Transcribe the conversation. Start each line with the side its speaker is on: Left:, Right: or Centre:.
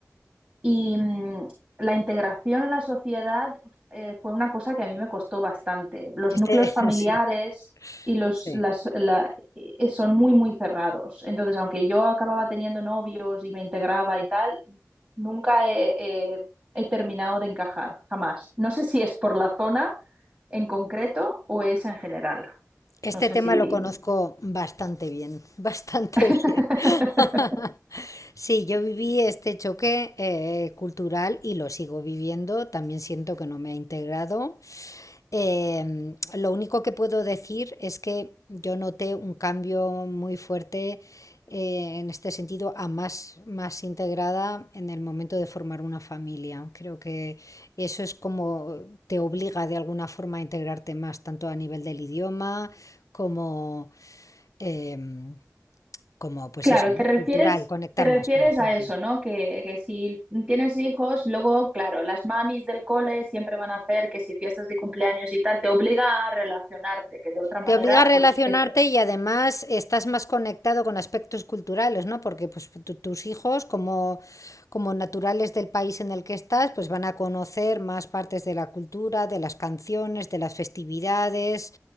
Right: Y mm, la integración en la sociedad eh, fue una cosa que a mí me costó bastante. Los
Left: Este,
Right: núcleos familiares
Left: <laughs> sí,
Right: y los,
Left: sí.
Right: las, la- eh, eh, son muy, muy cerrados. Entonces, aunque yo acababa teniendo novios y me integraba y tal, nunca he, he- he terminado de encajar, jamás. No sé si es por la zona en concreto o es en general.
Left: Este
Right: No sé
Left: tema
Right: si...
Left: lo conozco bastante bien, bastante
Right: <laughs>
Left: <laughs> bien. <laughs> Sí, yo viví este choque eh, cultural y lo sigo viviendo. También siento que no me ha integrado. Em, lo único que puedo decir es que yo noté un cambio muy fuerte eh, en este sentido a más, más integrada en el momento de formar una familia. Creo que eso es como te obliga de alguna forma a integrarte más, tanto a nivel del idioma como, em, como pues
Right: Claro,
Left: eso, ¿no?
Right: te refieres,
Left: Cultural, conectar
Right: te refieres
Left: más con la gente.
Right: a eso, ¿no? Que, que si tienes hijos, luego, claro, las mamis del cole siempre van a hacer que si fiestas de cumpleaños y tal, te obliga a relacionarte, que de otra manera,
Left: Te obliga a relacionarte
Right: pues, este-
Left: y además estás más conectado con aspectos culturales, ¿no? Porque pues, tu- tus hijos, como, como naturales del país en el que estás, pues van a conocer más partes de la cultura, de las canciones, de las festividades.